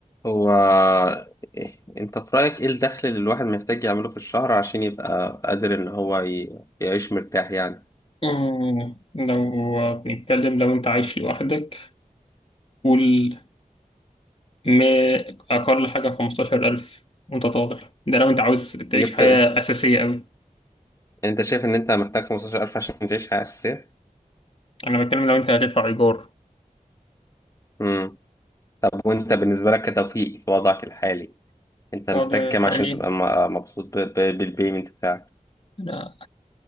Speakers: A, on the left; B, on the left.
A: هو إيه انت في رأيك ايه الدخل اللي الواحد محتاج يعمله في الشهر عشان يبقى قادر ان هو ي- يعيش مرتاح يعني
B: مم، لو بنتكلم لو انت عايش لوحدك قول ما اقل حاجه 15000 وانت طالع ده لو انت عاوز تعيش
A: جبت
B: حياه اساسيه قوي
A: <laughs> انت شايف ان انت محتاج 15000 عشان تعيش حياة أساسية
B: انا بتكلم لو انت هتدفع ايجار
A: امم طب وانت بالنسبة لك كتوفيق في وضعك الحالي انت محتاج
B: الوضع
A: كام
B: الحالي
A: عشان تبقى م- مبسوط ب- ب- بالبيمنت بتاعك
B: انا